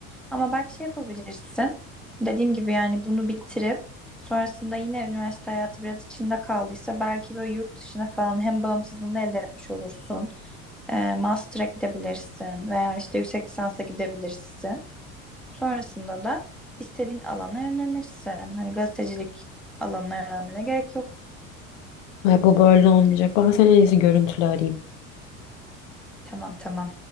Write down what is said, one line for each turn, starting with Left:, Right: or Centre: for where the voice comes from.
Centre: Ama belki şey yapabilirsin. Dediğim gibi yani bunu bitirip sonrasında yine üniversite hayatı biraz içinde kaldıysa belki böyle yurt dışına falan hem bağımsızlığını elde etmiş olursun. Ee, master'a gidebilirsin veya işte yüksek lisansa gidebilirsin. Sonrasında da istediğin alana yönlenirsin. Hani gazetecilik alanına yönelmene gerek yok.
Left: Ay bu böyle olmayacak. Ben seni en iyisi görüntülü arayayım.
Centre: Tamam tamam.